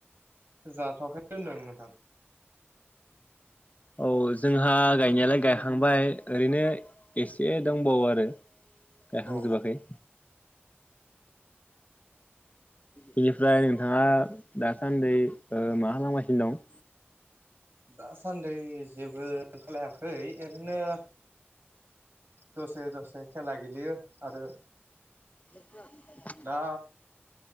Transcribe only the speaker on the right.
जाथ'वाखैनो होनदों नोंथां।
औ
दासान्दि जेबो खालायाखै ओरैनो दसे दसे खेला गेलेयो आरो
दा